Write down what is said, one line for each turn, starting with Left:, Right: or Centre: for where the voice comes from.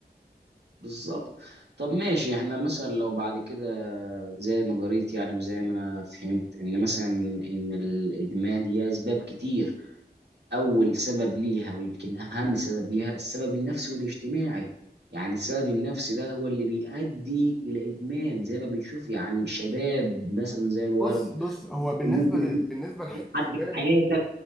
Right: بالظبط طب ماشي احنا مثلا لو بعد كده زي ما قريت يعني وزي ما انا فهمت ان مثلا ان الادمان ليه اسباب كتير اول سبب ليها ويمكن اهم سبب ليها السبب النفسي والاجتماعي يعني السبب النفسي ده هو اللي بيؤدي الى ادمان زي ما بنشوف يعني شباب مثلا زي الورد
Centre: بص بص هو بالنسبه
Right: ممكن
Centre: لل-
Right: يكون
Centre: بالنسبه لحته
Right: حد
Centre: الجانب
Right: في حياتك